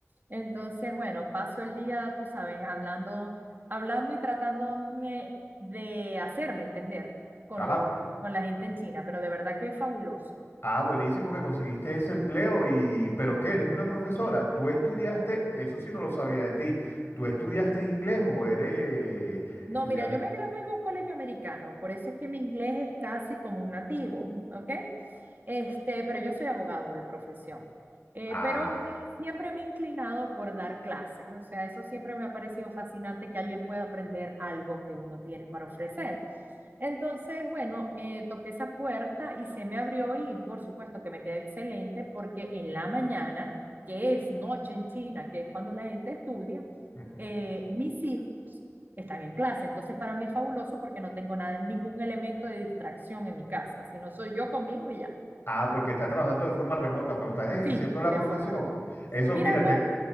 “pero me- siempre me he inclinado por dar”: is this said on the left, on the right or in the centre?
Right